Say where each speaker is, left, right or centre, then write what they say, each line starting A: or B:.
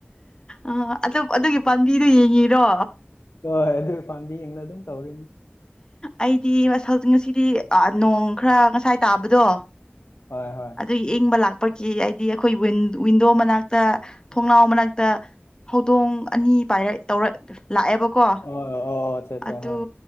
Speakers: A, on the left; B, on the left.
A: ꯑ ꯑꯗꯨ ꯑꯗꯨꯒꯤ ꯄꯥꯝꯕꯤꯗꯣ ꯌꯦꯡꯉꯤꯔꯣ
B: ꯍꯣꯏ ꯑꯗꯨ ꯄꯥꯝꯕꯤ ꯌꯦꯡꯉꯒ ꯑꯗꯨꯝ ꯇꯧꯋꯤ
A: ꯑꯩꯗꯤ ꯋꯥꯁ ꯍꯧꯖꯤ ꯉꯁꯤꯗꯤ ꯑꯥ ꯅꯣꯡ ꯈꯔ ꯉꯁꯥꯏ ꯇꯥꯕꯗꯣ
B: ꯍꯣꯏ ꯍꯣꯏ
A: ꯑꯗꯨꯒꯤ ꯏꯪꯕ ꯂꯥꯛꯄꯒꯤ ꯑꯩꯗꯤ ꯑꯩꯈꯣꯏ ꯋꯤꯟ ꯋꯤꯟꯗꯣ ꯃꯅꯥꯛꯇ ꯊꯣꯡꯅꯥꯎ ꯃꯅꯥꯛꯇ ꯍꯧꯗꯣꯡ ꯑꯅꯤ ꯄꯥꯏꯔꯛ ꯇꯧꯔꯛ ꯂꯥꯛꯑꯦꯕꯀꯣ
B: ꯑꯣ ꯑꯣ ꯑꯠꯆꯥ ꯑꯠꯆꯥ
A: ꯑꯗꯨ
B: ꯍꯣꯏ